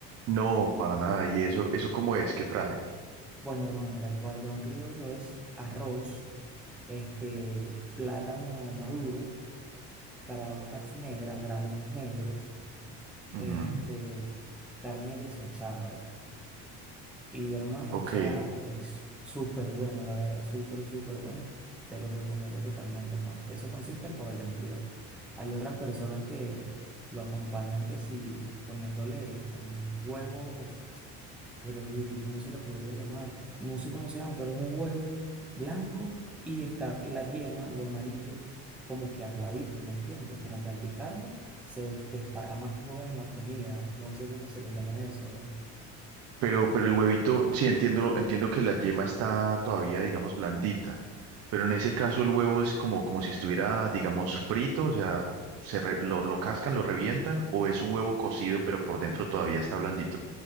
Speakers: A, on the right; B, in the centre.
A: No, para nada. ¿Y eso, eso cómo es? ¿Qué trae?
B: Bueno, hermano, mira, el pabellón criollo es arroz, este, plátano maduro caraotas negras, granos negros, este,
A: Ujú,
B: carne desmechada, bro. Y hermano,
A: Ok.
B: o sea, es súper bueno, la verdad, súper, súper bueno. Te lo recomiendo totalmente, hermano. Eso consiste el pabellón criollo. Hay otras personas que lo acompañan que si poniéndole un huevo. Pero, uy, ¿cómo se le podría llamar? No sé cómo se llama, pero es un huevo blanco y está la yema, lo amarillo, como que aguadito, ¿me entiendes? Como que al picarlo se desparrama todo en la comida. No sé cómo se le llama eso, bro.
A: Pero, pero el huevito, sí entiendo, entiendo que la yema está todavía, digamos, blandita, pero en ese caso el huevo es como, como si estuviera, digamos, frito, o sea, se re- lo, lo cascan, lo revientan, o es un huevo cocido, pero por dentro todavía está blandito.